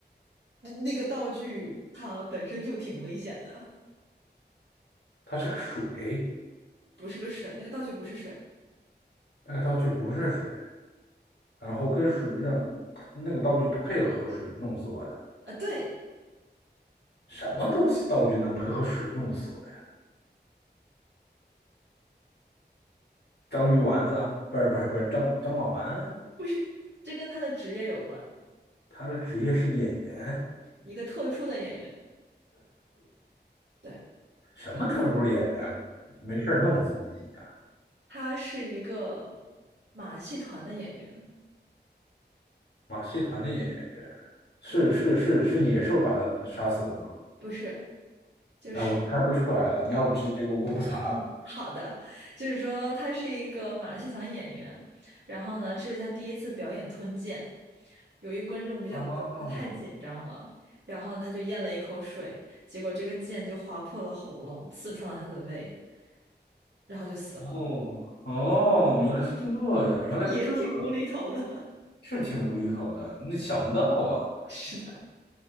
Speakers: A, on the right; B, on the left.
A: 那个道具它本身就挺危险的，
B: 它是个水，
A: 不是个水，那个道具不是水
B: 那个道具不是水，然后跟水让那个道具配合水弄死我的。
A: 啊，对，
B: 什么东西道具能配合水弄死我呀？章鱼丸子，不是不是不是张张脑丸，
A: 不是，这跟他的职业有关，
B: 他的职业是演员，
A: 一个特殊的演员，对，
B: 什么特殊的演员？没事儿弄死自己呀、
A: 他是一个马戏团的演员，
B: 马戏团的演员是是是是野兽把他杀死的吗？
A: 对，不是，就是
B: 啊，我猜不出来了，你要不直接给我公布答案吧？
A: 好的，就是说他是一个马戏团演员，然后呢，这是他第一次表演吞剑，由于观众比较多，
B: 哦，
A: 他太紧张了，然后他就咽了一口水，结果这个剑就划破了喉咙，刺穿了他的胃，然后就死了，
B: 哦哦，原来是这样，原来是这样，
A: 也挺无厘头的。
B: 是挺无厘头的，那想不到啊。
A: <laughs> 是的，